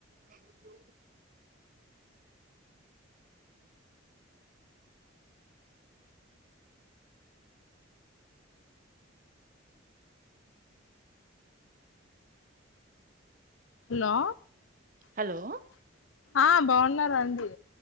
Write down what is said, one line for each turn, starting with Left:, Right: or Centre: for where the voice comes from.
Right: Thank you
Left: hello
Right: hello
Left: ఆ బాగున్నారా అండి